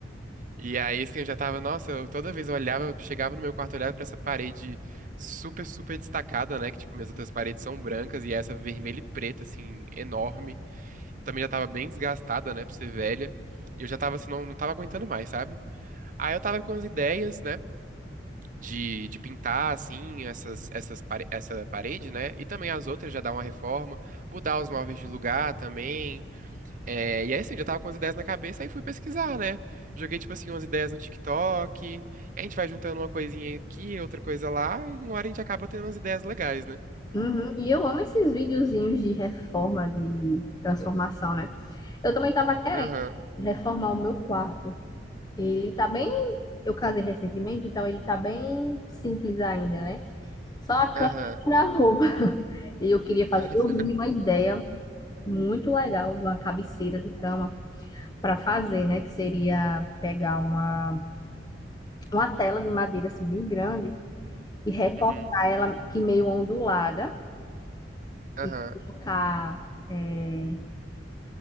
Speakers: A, on the right; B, on the left.
A: E aí, assim, eu já tava, nossa, eu toda vez eu olhava, chegava no meu quarto, olhava pra essa parede super, super destacada, né? Que, tipo, minhas outras paredes são brancas e essa vermelha e preta, assim, enorme também já tava bem desgastada, né, por ser velha. E eu já tava assim, não, não tava aguentando mais, sabe? Aí eu tava com as ideias, né, de, de pintar, assim, essas, essas, pare- essa parede, né? E também as outras, já dar uma reforma, mudar os móveis de lugar também. É, e aí, assim, já tava com as ideias na cabeça, aí fui pesquisar, né? Joguei, tipo assim, umas ideias no TikTok. E a gente vai juntando uma coisinha aqui, outra coisa lá, e uma hora a gente acaba tendo umas ideias legais, né?
B: Uhum. E eu amo esses videozinhos de reforma, de transformação, né? Eu também tava querendo
A: Aham,
B: reformar o meu quarto. Ele tá bem. Eu casei recentemente, então ele tá bem simples ainda, né? Só a
A: aham,
B: cama e <laughs> a roupa. E eu queria
A: <laughs>
B: fazer. Eu vi uma ideia muito legal de uma cabeceira de cama para fazer, né? Que seria pegar uma, uma tela de madeira assim bem grande e recortar
A: uhum,
B: ela que meio ondulada
A: aham,
B: e colocar é,